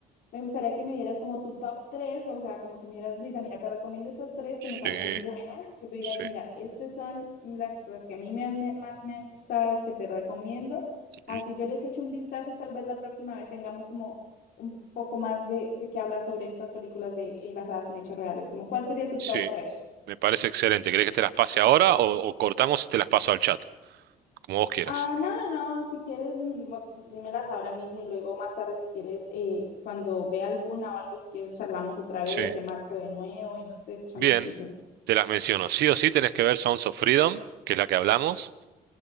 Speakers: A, on the left; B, on the right.
A: me gustaría que me dieras como tu top tres, o sea, como que me dieras, Luisa, mira, te recomiendo estas tres
B: sí,
A: que me parecen buenas, que tú digas,
B: sí,
A: mira, estas son la- las que a mí me has- me- más me han gustado, que te recomiendo.
B: ujú,
A: Así yo les echo un vistazo y tal vez la próxima vez tengamos como un poco más de, de qué hablar sobre estas películas de, eh, basadas en hechos reales. Como, ¿cuál sería tu
B: sí,
A: top tres?
B: me parece excelente. ¿Querés que te las pase ahora o, o cortamos y te las paso al chat? Como vos quieras.
A: Ah, no, no, no, si quieres, mm, pues, dímelas ahora mismo y luego más tarde, si quieres, eh, cuando vea alguna o algo, si quieres, charlamos otra vez,
B: Sí,
A: te marco de nuevo y no sé, echamos
B: bien,
A: chisme.
B: te las menciono. Sí o sí tenés que ver Sounds of Freedom, que es la que hablamos.